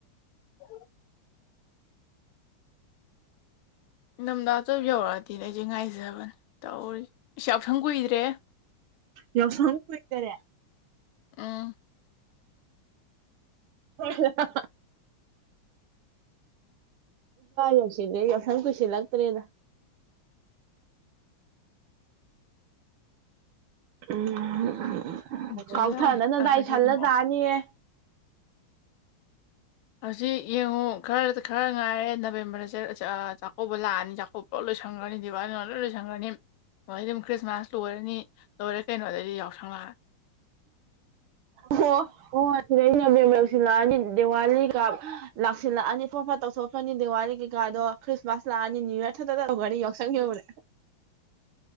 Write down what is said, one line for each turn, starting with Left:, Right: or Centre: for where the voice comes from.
Left: ꯎ ꯅꯤꯡꯊꯝꯊ ꯑ ꯆ ꯌꯧꯔꯛꯑꯗꯤꯅꯦ ꯑꯩꯁꯦ ꯉꯥꯏꯖꯕꯅꯦ ꯇꯧꯔꯤ ꯏꯁ ꯌꯥꯎꯁꯪ ꯀꯨꯏꯗ꯭ꯔꯦ
Right: ꯌꯥꯎꯁꯪ ꯀꯨꯏꯗꯔꯦ
Left: ꯑꯥ
Right: ꯍ ꯌꯥ ꯁꯤ ꯂꯩ ꯁ ꯈꯨ ꯁꯤꯂꯒ ꯇꯔꯦꯗ ꯎꯝ
Left: ꯖꯨꯂꯥꯏ
Right: ꯀꯥꯎꯊꯅ ꯅꯪꯗꯥꯏꯁꯜꯂ
Left: ꯑꯥꯒꯁ ꯁꯦꯞꯇꯦꯝꯕꯔ
Right: ꯇꯥꯅꯤꯌꯦ
Left: ꯍꯧꯖꯤꯛ ꯌꯦꯡꯉꯨ ꯈꯔ ꯈꯔ ꯉꯥꯏꯔꯦ ꯅꯕꯦꯝꯕꯔ ꯆꯥꯛꯀꯧꯕ ꯂꯥꯛꯑꯅꯤ ꯆꯥꯛꯀꯧꯕ ꯂꯣꯏꯁꯪꯈ꯭ꯔꯅꯤꯕ ꯑꯗꯨ ꯂꯣꯏꯁꯪꯈꯅꯤ ꯑꯗꯨꯩ ꯑꯗꯨꯝ ꯈ꯭ꯔꯤꯁꯃꯥꯁ ꯂꯣꯏꯔꯅꯤ ꯂꯣꯏꯔ ꯀꯩꯅꯣ ꯑꯗꯩꯗꯤ ꯌꯥꯎꯁꯪꯪꯂꯛꯑꯅꯤ
Right: ꯑꯣ ꯑꯣ ꯁꯤꯗ ꯑꯩꯅꯕꯦꯝ ꯂꯧꯁꯤꯜꯂꯛꯑꯅꯤ ꯗꯤꯋꯥꯂꯤ ꯀꯥꯞ ꯂꯥꯛꯁꯤꯜꯂꯛꯑꯅꯤ ꯑꯐꯣꯞ ꯁꯣꯛ ꯐꯅꯤ ꯗꯤꯋꯥꯂꯤ ꯀꯩꯀꯥꯗꯣ ꯈ꯭ꯔꯤꯁꯃꯥꯁ ꯂꯥꯛꯑꯅꯤ ꯅꯅꯤꯌꯨ ꯌꯌꯥꯔ ꯊꯛꯇ ꯇꯧꯈꯔꯅꯤ ꯌꯥꯎꯁꯪ ꯌꯧꯔꯦ